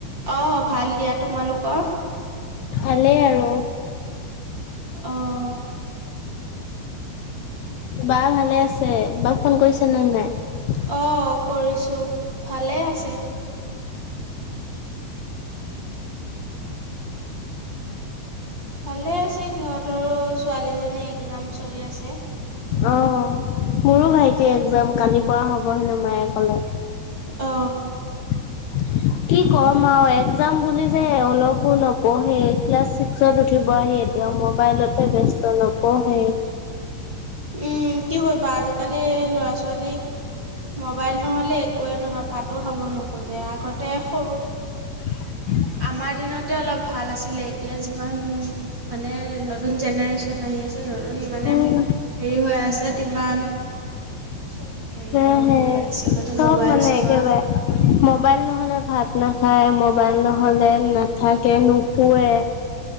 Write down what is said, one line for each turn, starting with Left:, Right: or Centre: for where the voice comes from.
Right: অঁ ভাল দিয়া তোমালোকৰ।
Left: ভালেই আৰু।
Right: অঁ।
Left: বা ভালে আছে বাাৰু ফোন কৰিছে ন নাই।
Right: অঁ কৰিছোঁ ভালে আছে। ভালে আছে সিহঁতৰ ছোৱালীজনী একজাম চলি আছে।
Left: অ, মোৰো ভাইটি এক্জাম কালি পৰা হ'ব হেনো মায়ে কলে।
Right: অ।
Left: উ <inaudible> কি ক'ম আৰু একজাম বুলি যে অলপো নপঢ়ি ক্লাছ ছিক্সত উঠিব আহি। কেতিয়াও মোবাইলতে ব্যস্ত নপঢ়ে।
Right: উম কি কৰিবা আজিকালি ল'ৰা ছোৱালী। মোবাইল নহ'লে একোৱেই নহয়, ভাতো খাব নোখোজে আগতে সৰু।
Left: উম।
Right: আমাৰ দিনতে অলপ ভাল আছিলে, এতিয়া যিমান মানে নতুন জেনেৰেশ্যন আহি আছে। যোনতণ <unintelligible> মানে
Left: উম
Right: হেৰি হৈ আছে তিমান। চব হেৰি
Left: হে
Right: হৈ
Left: হে
Right: হৈ গৈ আছে মানে
Left: চব
Right: মোবাইল
Left: মানে
Right: চোৱা
Left: একেবাৰে
Right: হেৰি
Left: মোবাইল নহলে ভাত। নাখায় মোবাইল নহ'লে নাথাকে নুহোৱে।